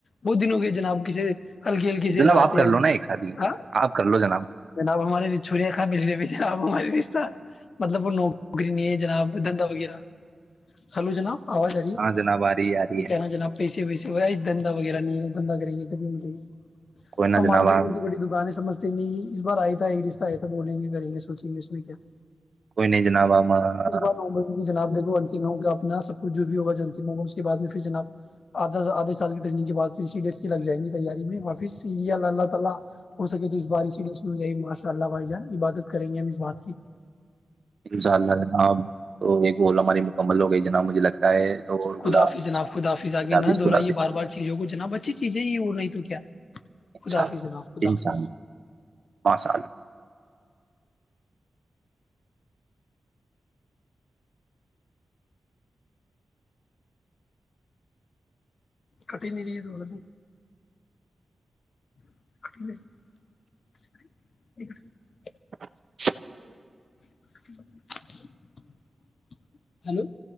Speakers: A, on the left; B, on the right.
A: بہت دن ہو گئے جناب کسی ہلکی ہلکی سے
B: جناب
A: رہتے
B: آپ کر
A: ہیں
B: لو نا ایک ساتھ ہی
A: ہ
B: آپ کر لو جناب
A: جناب ہمارے چھوڑیاں کہا ملے بھی جناب ہمارے رشہ مطلب وہوک نوکری نہیں ہے جناب دھندا وغیرہ ہلو جناب آواز آ رہی ہے
B: ہاں جناب آ رہی ہے آ رہی
A: وہ
B: ہے
A: کہنا جناب پیسے ویسے دھندا وغیرہ نہیں ہے
B: کوئی
A: <unintelligible>
B: نہ
A: ہاں مارکیٹ
B: جناب آپ
A: میں اتنی بڑی دکانیں سمجتے نہیں اس بار آیا تھا ایک رشہ آیا تھا بولیں گے کریں گے سوچیں گے <inaudible>
B: کوئی نہیں جناب ہم ان
A: اس بار ممبئی میں جناب دیکھو انتم ہوگا اپنا سب کچھ جو بھی ہوا جو انتم ہوگا اس کے بعد میں پھر جناب آدھا آدھے سال کی ٹریننگ کے بعدھر سی ڈیز کی لگ جائیں گی تیاری میں و پھر ال اللہ تعالی ہو سکے تو اس بار اسی ڈی میں ماشاء اللہ بھائی جان عبادت کریں گے ہم بات کی <unintelligible>
B: انشاء اللہ جناب وہ ہماری مکمل ہو گئی جناب مجھے لگتا ہے تو
A: خدافی
B: خدا
A: جناب خدافظ
B: حافظ
A: آگے نہ دہرائیے
B: خدا حافظ
A: بار
B: خدا حافظ
A: بار چیزوں کو جناب اچھی چیزیں یہ وہ نہیں تو کیا
B: انشاء
A: خداف
B: اللہ
A: جناب خدافظ
B: انشاء اللہ ماشاء اللہ
A: کٹ نری دوولد <inaudible>
B: <inaudible>
A: ب <unintelligible> ہلو <unintelligible>